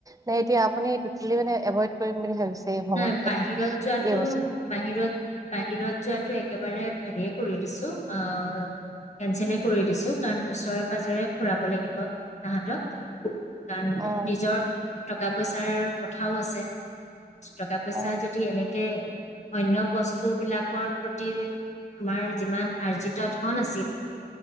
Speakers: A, on the right; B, on the left.
A: নে এতিয়া আপুনি টোটেলি মানে এভইড কৰিম বুলি ভাবিছে এই ভ্ৰমণ
B: নাই
A: ক্ষেত্ৰত
B: বাহিৰত যোৱাটো
A: এই বছৰ
B: বাহিৰত বাহিৰত যোৱাটো এক একেবাৰে <unintelligible> কৰি দিছো অ কেঞ্চেলে কৰি দিছো কাৰণ ওচৰে-পাজৰে ফুৰাব লাগিব তাহঁতক কাৰণ
A: অ
B: নিজৰ টকা পইচাৰ কথা। আও আছে টকা পইচা
A: অ
B: যদি এনেকে, অন্য বস্তু বিলাকৰ প্ৰতি আমাৰ যিমান আৰ্জিত ধন আছিল